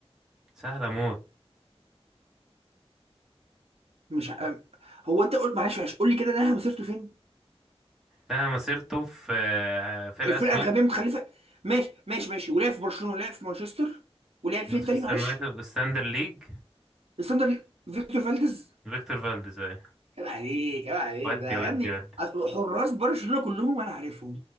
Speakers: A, in the centre; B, on the right.
A: سهله موت
B: مش ع- آه، هو انت قول معلش معلش قول لي كده ده مسيرته فين
A: لها مسيرته في آه، فرقه
B: الفرقه
A: اسمها
B: الغبيه متخلفه ماشي ماشي ماشي ولعب في برشلونه ولعب في مانشستر ولعب فين
A: مانشستر
B: تاني معلش
A: يونايتد والساندر ليج
B: الساندر ليج. فيكتور فالديز
A: فيكتور فالديز اهي
B: عيب عليك عيب عليك
A: ودي
B: ده
A: ودي
B: يا ابني
A: ودي
B: حراس برشلونه كلهم انا عارفهم